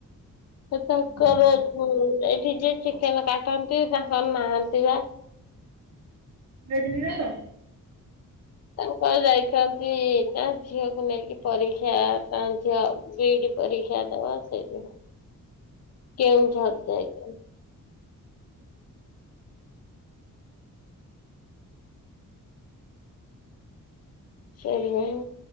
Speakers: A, on the left; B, on the right.
A: ଏତାଙ୍କର
B: ହଁ
A: ଏ ଏଇଠି ଯିଏ ଚିକେନ କାଟନ୍ତି ତାଙ୍କର ନାହାନ୍ତି ବା।
B: ଏଇଠି ଯେ
A: ତାଙ୍କର ଯାଇଛନ୍ତି ତା ଝିଅକୁ ନେଇକି ପରୀକ୍ଷା ତାଙ୍କ ଝିଅ ବିଡି ପରୀକ୍ଷା ଦବ ସେଇଥିପାଇଁ କେଉଁଝର ଯାଇଛନ୍ତି। ସେଥିପାଇଁ